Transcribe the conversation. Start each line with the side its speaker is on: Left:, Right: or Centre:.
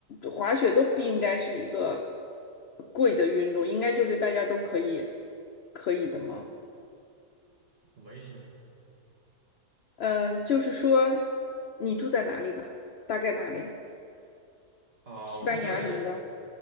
Left: 滑雪都不应该是一个贵的运动，应该就是大家都可以可以的嘛。
Right: 什么意思呢？
Left: 嗯、呃就是说你住在哪里的？大概哪里？
Right: 啊，
Left: 西班牙什么的，
Right: 我住在